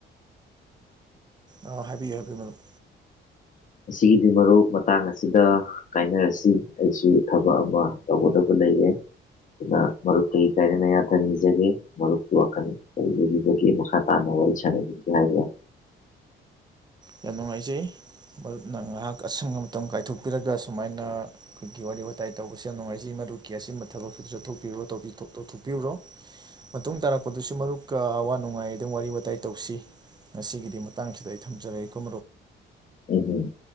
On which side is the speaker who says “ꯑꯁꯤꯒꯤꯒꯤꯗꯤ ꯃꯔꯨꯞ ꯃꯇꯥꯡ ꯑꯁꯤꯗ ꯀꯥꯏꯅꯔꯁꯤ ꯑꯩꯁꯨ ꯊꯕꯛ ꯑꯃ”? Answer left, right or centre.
Left